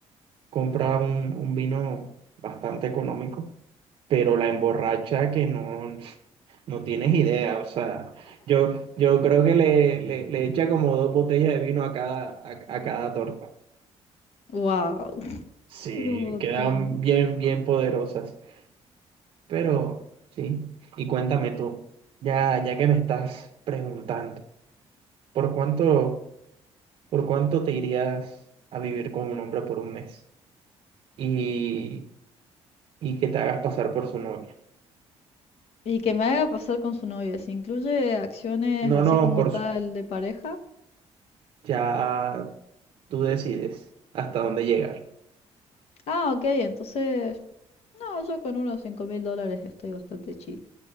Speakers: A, on the right (about 55°); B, on the left (about 65°).
A: Compra un, un vino bastante económico, pero la emborracha que no, <laughs> no tienes idea. O sea, yo, yo creo que le, le, le echa como dos botellas de vino a cada, a, a cada torta.
B: Wow, <laughs>
A: Sí,
B: es un montón.
A: quedan bien, bien poderosas. Pero sí, y cuéntame tú, ya, ya que me estás preguntando, ¿por cuánto? ¿Por cuánto te irías a vivir con un hombre por un mes y, y que te hagas pasar por su novia?
B: Y que me haga pasar con su novia. Si incluye acciones
A: No,
B: así
A: no,
B: como
A: por
B: tal
A: su-
B: de pareja.
A: ya tú decides hasta dónde llegar.
B: Ah, ok, entonces... No, yo con unos cinco mil dólares estoy bastante chill.